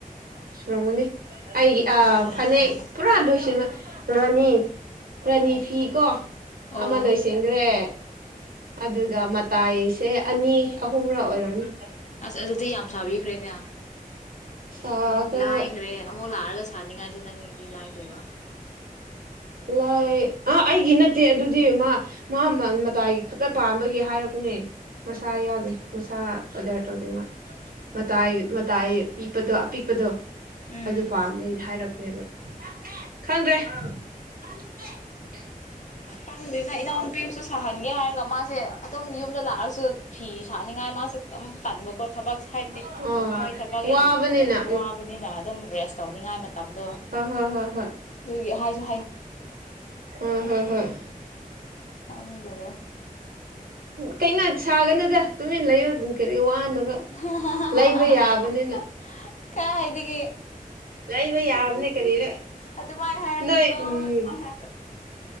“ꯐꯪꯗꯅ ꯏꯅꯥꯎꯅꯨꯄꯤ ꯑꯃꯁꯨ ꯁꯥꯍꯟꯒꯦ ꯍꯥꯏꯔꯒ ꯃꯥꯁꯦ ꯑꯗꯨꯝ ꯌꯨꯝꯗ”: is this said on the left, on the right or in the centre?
Left